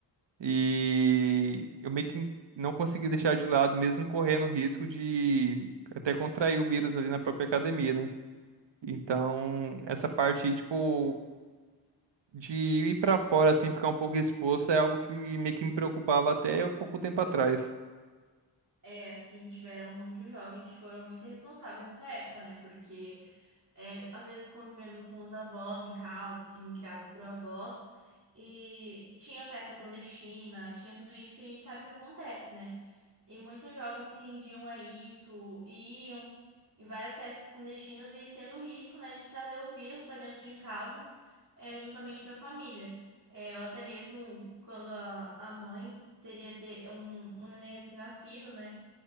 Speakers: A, on the right; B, on the right.
A: E eu meio que não consegui deixar de lado, mesmo correndo risco de até contrair o vírus ali na própria academia, né? Então, essa parte, tipo, de ir para fora, assim, ficar um pouco exposto, é algo que meio que me preocupava até pouco tempo atrás.
B: É, assim, tiveram muitos jovens que foram muito irresponsáveis nessa época, né? Porque é, às vezes convivendo com os avós em casa, assim, criado por avós. E tinha festa clandestina, tinha tudo isso que a gente sabe que acontece, né? E muitos jovens se rendiam a isso, e iam em várias festas clandestinas e tendo o risco, né, de trazer o vírus para dentro de casa, é, juntamente para a família. É, ou até mesmo quando a, a mãe teria ter é, um, um neném recém-nascido, né?